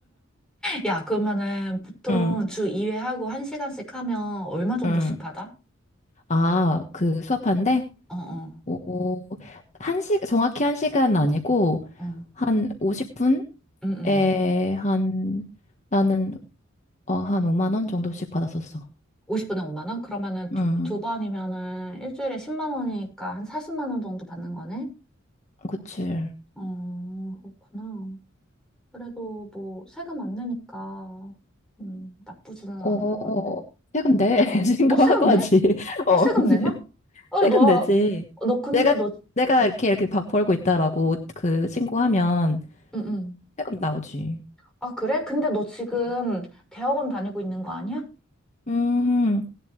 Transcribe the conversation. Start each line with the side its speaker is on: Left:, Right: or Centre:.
Centre: 야, 그러면은 보통
Left: 응,
Centre: 주 2회 하고 1시간씩 하면 얼마 정도씩
Left: 응.
Centre: 받아?
Left: 아, 그 수업한데?
Centre: 어, 어,
Left: 오, 한 시, 정확히 한시간 아니고,
Centre: 어. 음,
Left: 한 50분?
Centre: 음.
Left: 에, 한, 나는, 어, 한 5만 원 정도씩 받았었어.
Centre: 50분에 5만 원? 그러면은 두,
Left: 음,
Centre: 두 번이면은 일주일에 10만 원이니까 한 40만 원 정도 받는 거네?
Left: 그치.
Centre: 어, 그렇구나. 그래도 뭐 세금 안 내니까 음, 나쁘지는
Left: 어,
Centre: 않을 것 같네.
Left: 세금 내. <laughs> 신고하고
Centre: 어, 세금 내?
Left: 하지. <laughs>
Centre: 어,
Left: 어,
Centre: 세금
Left: <laughs>
Centre: 내나? 어,
Left: 세금
Centre: 너,
Left: 내지.
Centre: 너 근데
Left: 내가,
Centre: 너,
Left: 내가
Centre: 응
Left: 이렇게, 이렇게 박 벌고 있다라고 그 신고하면
Centre: 응, 응.
Left: 세금 나오지.
Centre: 아, 그래? 근데 너 지금
Left: 음,
Centre: 대학원 다니고 있는 거 아니야?
Left: 음,